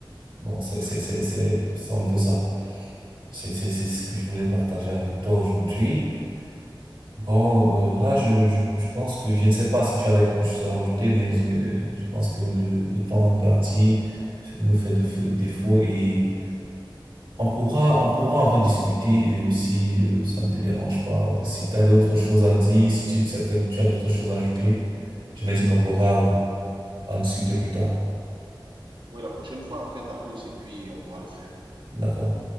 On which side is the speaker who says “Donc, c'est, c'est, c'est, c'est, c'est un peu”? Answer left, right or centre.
Right